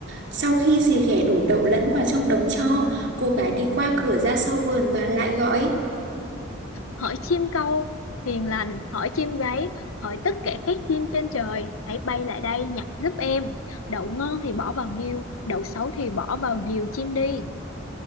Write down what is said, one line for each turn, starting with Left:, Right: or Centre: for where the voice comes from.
Right: sau khi dì ghẻ đổ đậu lẫn vào trong đống tro, cô gái đi qua cửa ra sau vườn và lại gọi.
Left: hỡi chim câu hiền lành hỡi chim gáy hỡi tất cả các chim trên trời hãy bay lại đây nhặt giúp em đậu ngon thì bỏ vào niêu đậu xấu thì bỏ vào diều chim đi